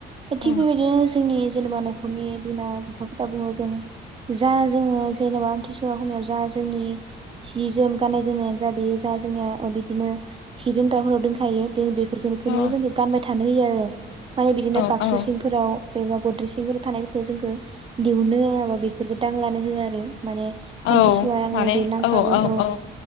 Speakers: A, on the right; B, on the left.
A: थिग
B: औ
A: बेबायदिनो जोंनि जेनेबा न' खरनि बिमा बिफाफोरा बुङो जों जा जोङो जेनेबा आमथिसुवा हमायाव जा जोंनि सि जोम गाननाय जोमनायानो जा बेयो जा जोंनिया ओ बिदिनो हि दोनग्राफोराव दोनखायो जों बेफ फोरखोनो
B: औ
A: जोंखौ गानबाय थानो होयो आरो माने बिदिनो
B: औ
A: बाक्सु
B: औ
A: सिंफोराव एबा गद्रिससिंफोर थानायफोरखो जोंखो दिहुननो होयाबा बेफोरफोरखो दांलानो होया आरो। माने
B: औ
A: आमथिसुवा नाङो
B: माने
A: बे नांफागोन
B: औ औ औ